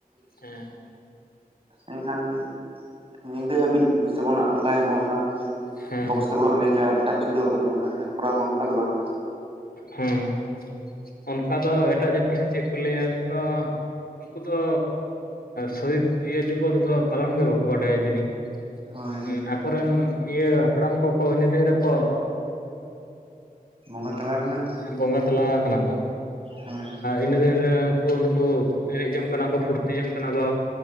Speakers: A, on the left; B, on the right.
A: ᱦᱮᱸ,
B: ᱮᱱᱠᱷᱟᱱ ᱧᱤᱫᱟᱹ ᱦᱟᱹᱵᱤᱡ ᱥᱮᱵᱚᱱ ᱟᱸᱜᱟᱭᱟᱵᱚᱱ ᱚᱱᱟ
A: ᱦᱮᱸ
B: ᱵᱚᱠᱥ ᱥᱮᱵᱚᱱ ᱮᱱᱮᱡᱟ ᱮᱴᱟᱜ ᱠᱤᱪᱷᱩ ᱫᱚ <unintelligible> ᱠᱚᱨᱟᱣᱟ ᱵᱚᱱ ᱚᱱᱠᱟ ᱫᱚ ᱵᱟᱝ᱾
A: ᱦᱩᱸ, ᱚᱱᱠᱟ ᱫᱚ ᱮᱴᱟᱜ ᱡᱟᱹᱛᱤ ᱦᱚ ᱪᱮᱫ ᱠᱚ ᱞᱟᱹᱭᱟ ᱞᱟᱹᱭ ᱟᱠᱚ ᱱᱩᱠᱩ ᱫᱚ ᱥᱚᱦᱤᱫ ᱤᱭᱟᱹ ᱫᱤᱵᱚᱥ ᱫᱚ ᱯᱟᱞᱚᱱ ᱜᱮ ᱵᱟᱠᱚ ᱵᱟᱰᱟᱭᱟ ᱡᱟᱹᱱᱤᱡ᱾
B: ᱦᱳᱭ
A: ᱦᱩ ᱟᱠᱚᱨᱮᱱ ᱤᱭᱟᱹ ᱦᱟᱯᱲᱟᱢ ᱠᱚᱠᱚ ᱤᱱᱟᱹ ᱫᱤᱱ ᱨᱮᱠᱚ
B: ᱵᱚᱸᱜᱟ ᱛᱟᱞᱟ ᱨᱮᱱᱟᱜ
A: ᱟᱸ ᱵᱚᱸᱜᱟ ᱛᱟᱞᱟ ᱠᱟᱱᱟ ᱠᱚ
B: ᱦᱳᱭ
A: ᱤᱱᱟᱹ ᱫᱤᱱ ᱨᱮ ᱩᱝᱠᱩ ᱩᱱᱠᱩ ᱮᱱᱮᱡ ᱡᱚᱝ ᱠᱟᱱᱟ ᱠᱚ ᱯᱷᱩᱨᱛᱤ ᱡᱚᱝ ᱠᱟᱱᱟ ᱠᱚ᱾